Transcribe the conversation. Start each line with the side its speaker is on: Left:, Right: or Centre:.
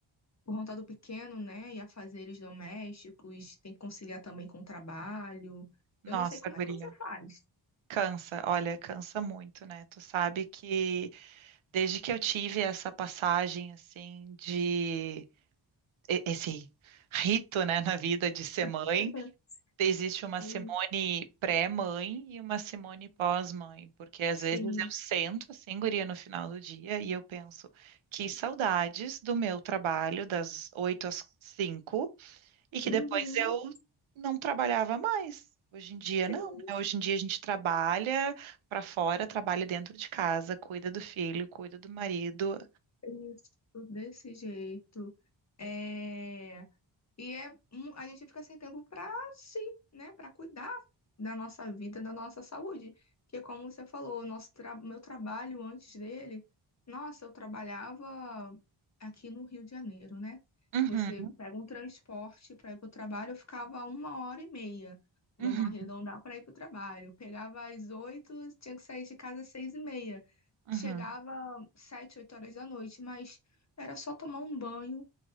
Left: Por conta do pequeno, né? E afazeres domésticos, tem que conciliar também com o trabalho.
Right: Nossa,
Left: Eu não sei como é
Right: guria,
Left: que você faz.
Right: cansa, olha, cansa muito, né? Tu sabe que desde que eu tive essa passagem, assim, de... e- Esse rito, né, na vida de ser mãe,
Left: <laughs>
Right: existe
Left: Sim,
Right: uma Simone pré-mãe e uma Simone pós-mãe, porque às
Left: sim.
Right: vezes eu sento, assim, guria, no final do dia e eu penso, que saudades do meu trabalho das 8 às 5. E que
Left: Uhum,
Right: depois eu não trabalhava mais. Hoje em dia,
Left: sim,
Right: não, né? Hoje em dia a gente trabalha para fora, trabalha dentro de casa, cuida do filho, cuida do marido.
Left: isso, desse jeito. É... E é, um- a gente fica sem tempo para si, né? Para cuidar da nossa vida, da nossa saúde. Que é como você falou, o nosso tra meu trabalho antes dele, nossa, eu trabalhava aqui no Rio de Janeiro, né?
Right: Uhum,
Left: Você pega um transporte para ir para o trabalho, eu ficava uma hora e meia. Vamos
Right: uhum,
Left: arredondar para ir para o trabalho. Eu Pegava às oito, tinha que sair de casa às seis e meia.
Right: uhum,
Left: Chegava sete, oito horas da noite, mas era só tomar um banho